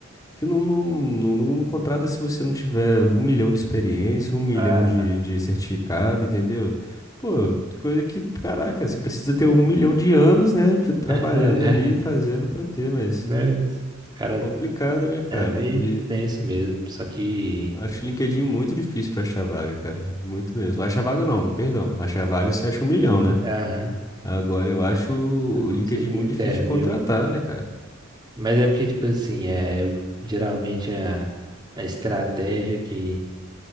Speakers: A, on the left; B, on the right.
A: que não, não, não, não- não contrata se você não tiver um milhão de experiência, um milhão
B: Ah,
A: de, de certificado, entendeu? Pô, coisa que, caraca, você precisa ter um milhão de anos, né, de- trabalhando
B: <laughs>
A: ali, fazendo pra ter, mas
B: né? Cara,
A: complicado, né, cara?
B: é meio
A: E
B: tenso mesmo. Só que.
A: acho o LinkedIn muito difícil pra achar vaga, cara, muito mesmo. Achar vaga não, perdão, achar vaga você acha um milhão, né?
B: Aham,
A: Agora eu acho o
B: pra conseguir
A: LinkedIn muito
B: interview,
A: difícil de contratar,
B: né?
A: né, cara?
B: Mas é porque, tipo assim, é, eu- geralmente a, a estratégia que,